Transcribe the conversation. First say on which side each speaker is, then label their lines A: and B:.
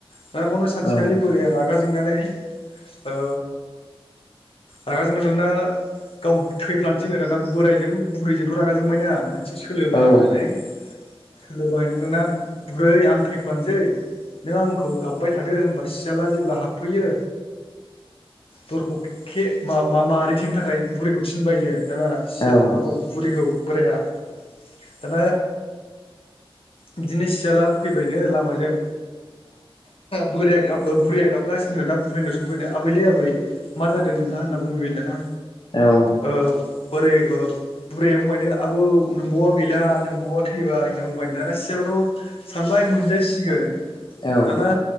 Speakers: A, on the left (about 70°); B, on the left (about 55°).
A: दाना बेवानो सानसेखालि
B: औ
A: बोरया रागा जोंनानै ओ रागा जोंनानै दाना गाव थैफ्लानोसैनो दाना बोरायजों बुरैजोंथ' रागा जोंबायना मोनसे सोलो बाहायनानै
B: औ खोनादों
A: सोलो बाहायनानै दानिया बुरै आं थैफ्लानोसै नों आंखौ गाबबाय थादो होमबा सियाला जेब्ला हाबफैयो दरखौ के मा- मारिथेनो थाखाय बुरैखौ थिनबायनो दाना
B: औ
A: बुरैखौ बोराया दाना बिदिनो सियाला फैबायनो लामाजों बुरैया गाबगागासिनो दडं ना ओमफाय आं नाव सोंबाय दाना आबैलै आबै मा जादों नोंहा होनना बुंहैबाय दाना।
B: औ
A: ओ बोरै बुरैया बुंबायनो आब' नोंबावआ गैला नोंबावा थैबाय। ना बुंबाया सियालथ' सानबाय मोनजायसिगोन।
B: औ
A: दाना